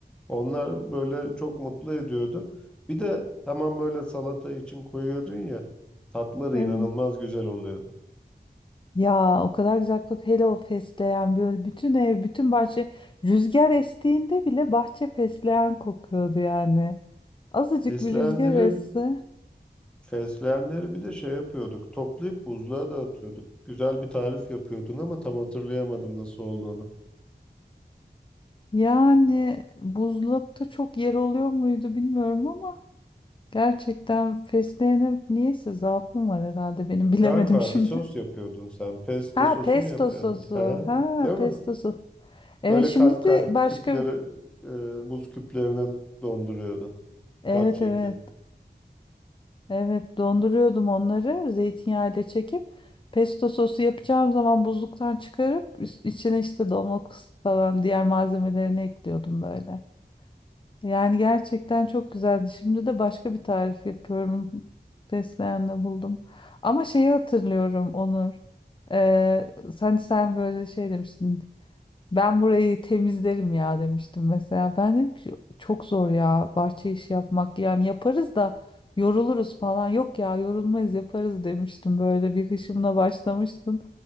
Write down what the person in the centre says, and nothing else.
Onlar böyle çok mutlu ediyordu. Bir de hemen böyle salata için koyuyordun ya, tatları
inanılmaz güzel oluyordu.
Fesleğenleri,
fesleğenleri bir de şey yapıyorduk, toplayıp buzluğa dağıtıyorduk. Güzel bir tarif yapıyordun ama tam hatırlayamadım nasıl olduğunu.
Galiba
bir sos yapıyordun sen. Pesto
sosu
mu yapıyordun?
Ha,
değil
mi?
Böyle
kalp
kalp
küpleri, e, buz küplerine donduruyordun.
Kalp şeklinde.